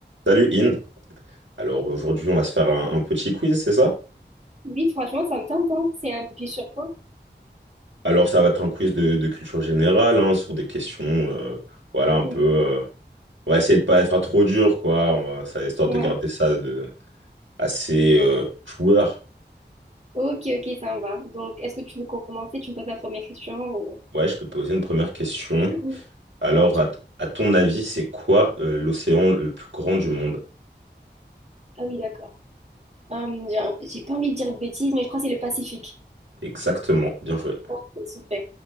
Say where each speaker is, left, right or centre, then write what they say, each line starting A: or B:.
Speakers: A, on the right; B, on the right.
A: Salut Inde. Alors aujourd'hui, on va se faire un, un petit quiz, c'est ça?
B: Oui, franchement, ça me tente, hein. C'est un puits sur quoi?
A: Alors ça va être un quiz de, de culture générale, hein, sur des questions, euh, voilà, un
B: Mhm.
A: peu. euh, on va essayer de pas être trop dur, quoi. on va- ça, histoire
B: Ouais.
A: de garder ça de assez euh, joueur.
B: Ok, ok, ça me va. Donc, est-ce que tu veux commencer? Tu me poses la première question ou...
A: Ouais, je peux te poser une première question.
B: Mhm.
A: Alors,
B: Ok.
A: à, t- à ton avis, c'est quoi euh, l'océan le plus grand du monde?
B: Ah oui, d'accord. Hum, j'ai j'ai pas envie de dire de bêtises, mais je crois que c'est le Pacifique.
A: Exactement. Bien joué.
B: Ok, super.